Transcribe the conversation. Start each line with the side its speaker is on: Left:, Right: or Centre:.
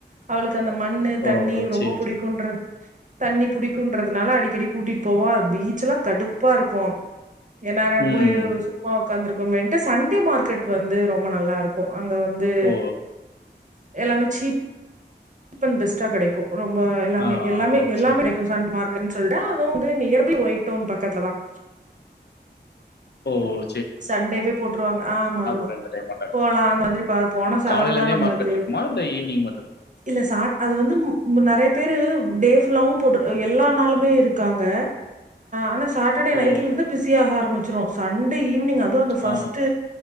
Right: அவளுக்கு அந்த மண்ணு
Left: ஓ!
Right: தண்ணி ரொம்ப
Left: சரி,
Right: பிடிக்கும்றது
Left: சரி.
Right: தண்ணி புடிக்கும்றதனால அடிக்கடி கூட்டிட்டு போவோம் பீச் எல்லாம் கடுப்பா இருக்கும் என்னல
Left: ம்.
Right: போய் சும்மா உக்காந்துரு சண்டே மார்க்கெட் வந்து ரொம்ப நல்லா இருக்கும் அங்க வந்து
Left: ஓ!
Right: எல்லாமே சீப் சீப்பன் பெஸ்டா கிடைக்கும் ரொம்ப எல்லாமே
Left: ஆ
Right: எல்லாமே எல்லாமே
Left: சரி,
Right: கிடைக்கும்
Left: சரி.
Right: சண்டே மார்க்ல இருக்கு சொல்லிட்டு அதுவும் வந்து நியர்பைஒயிட் டவுன் பக்கத்துல தான்
Left: ஓஓ
Right: சண்டேவே போட்டுருவாங்க ஆமா ஆமா
Left: ஒரு என்டர்டெயின்மெண்ட்டா இருக்கும்.
Right: போலாம் மாதிரி பாப்போ ஆன
Left: ம்
Right: செலவு
Left: காலையிலேருந்தே
Right: தான் நம்மளுக்கு
Left: மார்க்கெட் இருக்குமா? இல்ல ஈவினிங் மட்டும்?
Right: இல்ல சா அது வந்து நெறைய நெறைய பேரு டே ஃபுல்லா போட்டு இருப்பாங்க எல்லா நாளுமே இருக்காங்க ஆன சாட்டர்டே
Left: ஓ!
Right: நைட்ல இருந்து பிசியாக ஆரம்பிச்சு சண் டே ஈவினிங் நீங்க அதொ அந்த ஃபஸ்ட்டு
Left: ஆ